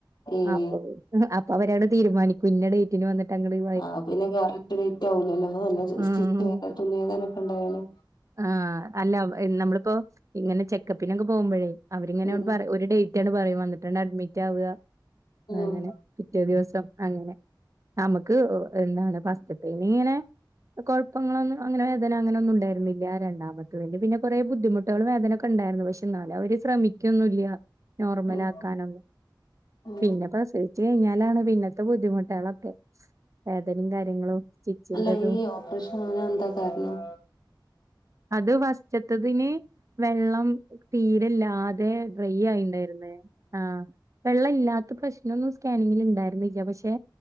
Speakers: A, on the left; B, on the right.
A: ഏഹ്
B: അപ്പ പി അപ്പവരാണ്ട് തീരുമാനിക്കും ഇഞ്ഞ ഡേറ്റിന് വന്നിട്ട് അങ്ങട്ട്
A: ആഹ് പിന്നെ കറക്റ്റ് ഡേറ്റ് ആവുലല്ലോ നല്ല
B: ഉം
A: സ്റ്റിച്ച് വ തുന്നിയതാനൊക്കെ ഇണ്ടാവല്
B: ആഹ് അല്ല നമ്മളിപ്പോ ഇങ്ങനെ ചെക്കപ്പിനൊക്കെ പോകുമ്പഴേ അവരിങ്ങനെ
A: ഉം
B: പറ ഒര് ഡേ റ്റ് പറയും വന്നിട്ടാണ്ട് അഡ്മിറ്റാവ,
A: ഉം
B: അങ്ങനെ പിറ്റേ ദിവസം അങ്ങനെ നമുക്ക് എന്താണ് പസ്റ്റ്ത്തെനിങ്ങനെ കൊഴപ്പങ്ങളൊന്നും അങ്ങനെ വേദന അങ്ങനൊന്നും ഉണ്ടായിരുന്നില്ല രണ്ടാമത്തത്തിന് പിന്നെ കൊറെ ബുദ്ധിമു ട്ട്കള് വേദനൊക്കെ ഇണ്ടായിരുന്നു പക്ഷെ ഇന്നാലും അവര് ശ്രമിക്കൊന്നുംല്ല നോർമലാക്കാനൊന്നും,
A: ഉം ഉം
B: പിന്നെ പ്രസവിച്ചു കഴിഞ്ഞാലാണ് പിന്നത്തെ ബുദ്ധിമുട്ടേളൊക്കെ വേദനിം കാര്യങ്ങളും സ്റ്റിച്ചിന്റെതും
A: അല്ല ഈ ഓപ്പറേഷന് ആവാൻ എന്താ കാരണം
B: അത് ഫസ്റ്റ്ത്തതിന് വെള്ളം തീരെ ഇല്ലാ തെ ബ്രയ്യായ്ണ്ടായ്ര്ന്ന് ആഹ് വെള്ളം ഇല്ലാത്ത പ്രശ്നൊന്നും സ്കാനിങ്ങില് ഇണ്ടായിരുന്നില്ല പക്ഷെ